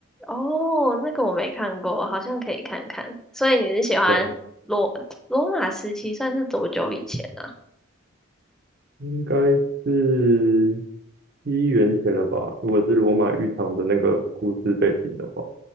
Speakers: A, in the centre; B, on the right (about 50°).
A: 哦，那个我没看过，好像可以看看。所以你是喜欢罗罗马时期，
B: 这样
A: 算是多久以前呢
B: 应该是七元钱了吧？如果是罗马浴场的那个故事背景的话，